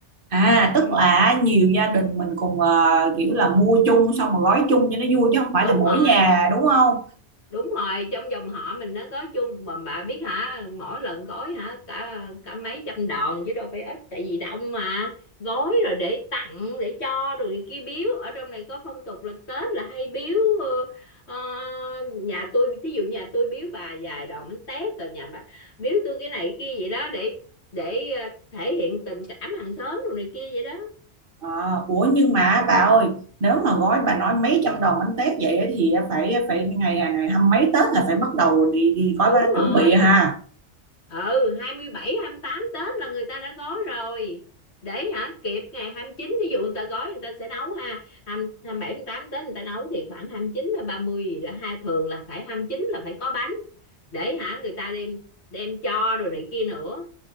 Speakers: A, on the right; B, on the left.
A: À tức
B: ừ,
A: là nhiều gia đình mình cùng ờ, kiểu là mua chung xong rồi gói chung cho nó vui chứ không phải
B: đúng
A: là mỗi
B: rồi
A: nhà đúng không?
B: đúng rồi trong dòng họ mình nó gói chung mà bà biết hả mỗi lần gói hả cả cả mấy trăm đòn chứ đâu phải ít tại vì đông mà gói rồi để tặng để cho rồi người kia biếu ở trong này có phong tục là Tết là hay biếu ờ, ờ, nhà tôi thí dụ nhà tôi biếu bà vài đòn bánh tét rồi nhà bà biếu tôi cái này cái kia vậy đó để để ờ, thể hiện tình cảm hàng xóm rồi này kia vậy đó
A: À, ủa nhưng mà bà ơi nếu mà gói bà nói mấy trăm đồng bánh tét vậy á thì phải phải ngày ngày hăm mấy Tết là phải bắt đầu đi, đi gói
B: đúng
A: bánh chuẩn
B: rồi
A: bị ha.
B: ừ hai hai mươi bảy hai mươi tám Tết là người ta đã gói rồi để hả kịp ngày hai mươi chín ví dụ người ta gói người ta sẽ nấu ha 2, mươi tám Tết người ta nấu thì khoảng 29 là 30 gì đó ha thường là phải 29 là phải có bánh để hả người ta đem đem cho rồi này kia nữa